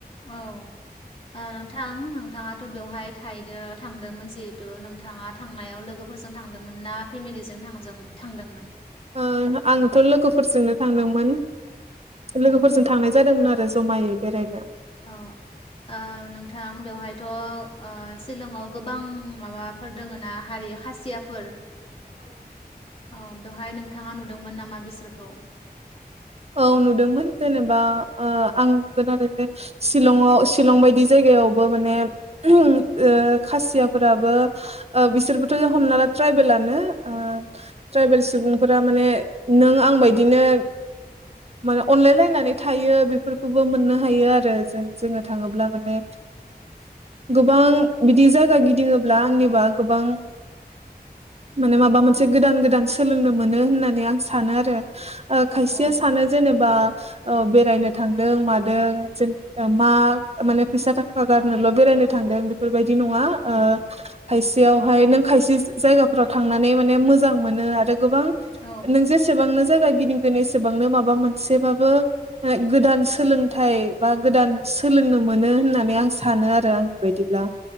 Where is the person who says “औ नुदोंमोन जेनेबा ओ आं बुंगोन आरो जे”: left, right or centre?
Right